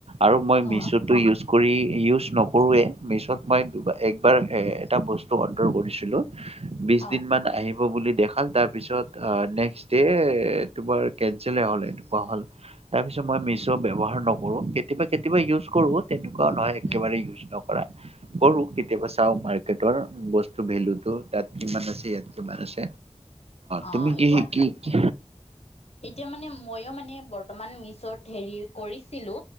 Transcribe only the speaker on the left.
অ',
অ',
উম,
অ
এতিয়া
এতিয়া মানে মইয়ো মানে বৰ্তমান মিছ্বত হেৰি কৰিছিলো